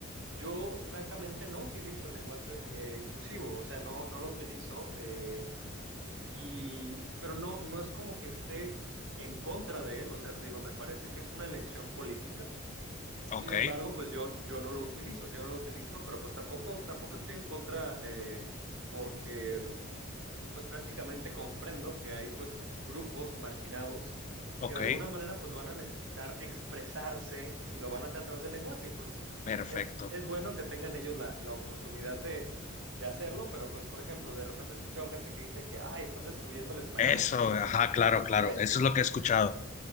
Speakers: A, on the right; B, on the left.
A: yo francamente no utilizo el lenguaje eh, inclusivo, o sea, no, no lo utilizo, eh, y, pero no, no es como que esté en contra de él, o sea, te digo, me parece que es una elección política.
B: ok,
A: Sin embargo, pues yo, yo no lo utilizo, yo no lo utilizo, pero pues tampoco, tampoco estoy en contra eh, porque, pues prácticamente comprendo que hay pues grupos marginados
B: ok,
A: que de alguna manera pues van a necesitar expresarse y lo van a hacer a través del lenguaje y pues
B: perfecto.
A: es, es bueno que tengan ellos la, la oportunidad de, de, hacerlo, pero pues por ejemplo, de repente he escuchado gente que dice que, ay, están destruyendo el español.
B: Eso, ajá, claro, claro,
A: Eh,
B: eso es lo que he escuchado.